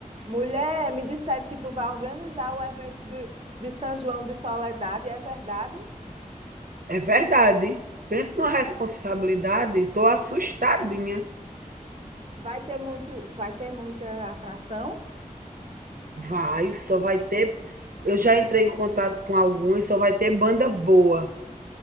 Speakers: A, on the right; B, on the right.
A: Mulher, me disseram que tu vai organizar o evento de, de São João de Soledade, é verdade?
B: É verdade. Pensa numa responsabilidade, estou assustadinha.
A: Vai ter muito, vai ter muita atração?
B: Vai, só vai ter. Eu já entrei em contato com alguns, só vai ter banda boa.